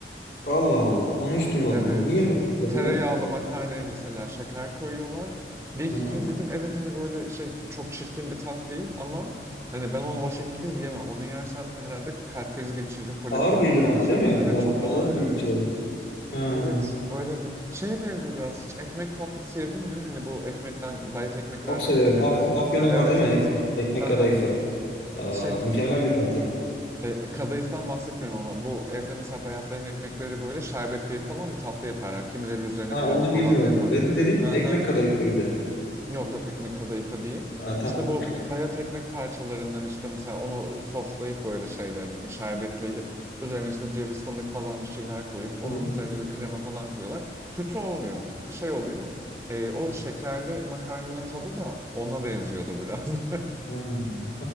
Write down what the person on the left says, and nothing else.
Allah Allah. Onu hiç duymadım
ya. Niye böyle bir şey
yapıyorlar?
Aha.
Ağır gelir
ama
değil
mi?
Biraz
ağır
bir
içecek. Ha.
Çok severim.
Afyon, afyonum
var değil mi?
Ekmek, ekmek
kadayıfı. Aa,
mükemmel bir tatlı.
Ha,
onu
bilmiyorum.
Benim dediğim
ekmek kadayıfıydı.
Ha, tamam.
Hı
hı.